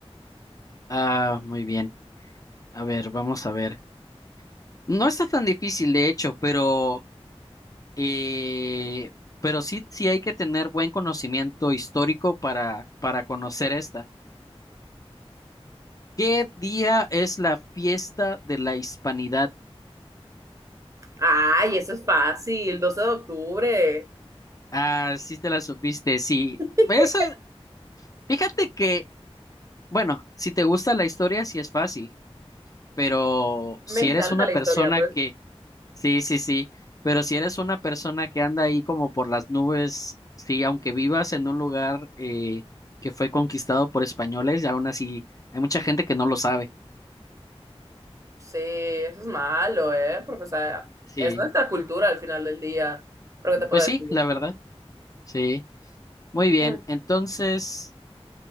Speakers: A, on the left; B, on the right.
A: ah, muy bien. A ver, vamos a ver. No está tan difícil, de hecho, pero, eh, pero sí, sí hay que tener buen conocimiento histórico para, para conocer esta. ¿Qué día es la fiesta de la Hispanidad?
B: Ay, eso es fácil, 12 de octubre.
A: Ah, sí te la supiste, sí.
B: <laughs>
A: Eso, fíjate que, bueno, si te gusta la historia, sí es fácil. pero
B: Me
A: si
B: encanta
A: eres una
B: la
A: persona
B: historia, pero
A: que, sí, sí, sí, pero si eres una persona que anda ahí como por las nubes, sí, aunque vivas en un lugar eh, que fue conquistado por españoles, y aún así hay mucha gente que no lo sabe.
B: sí, eso es malo, ¿eh? Porque, o sea,
A: Sí,
B: es nuestra cultura al final del día. Pero, ¿qué te puedo
A: pues
B: decir?
A: sí, la verdad, sí. Muy bien,
B: Mm.
A: entonces,